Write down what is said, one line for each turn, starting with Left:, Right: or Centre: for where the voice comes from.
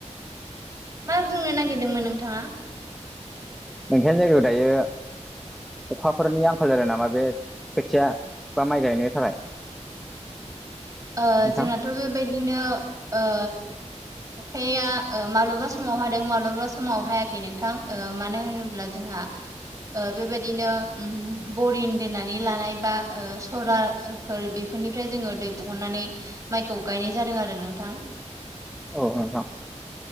Right: मा बुंनो नागिरदोंमोन नोंथाङा
Centre: मोनसे जायगायाव दायो अखाफोरनि आंखाल जादों नामा बे खोथिया बा माइ गायनो थाखाय
Right: ओ
Centre: नोंथां
Right: जोंनाथ' बेबायदिनो ओ अखाया ओ माब्लाबा समाव हादों माब्लाबा समाव हायाखै नोंथां ओ मानो होनोब्ला जोंहा ओ बेबायदिनो उम बरिं दोननानै लानाय बा ओ सलार फोर बेफोरनिफ्राय जोङो दै बहननानै माइखौ गायनाय जादों आरो नोंथां
Centre: औ नोंथां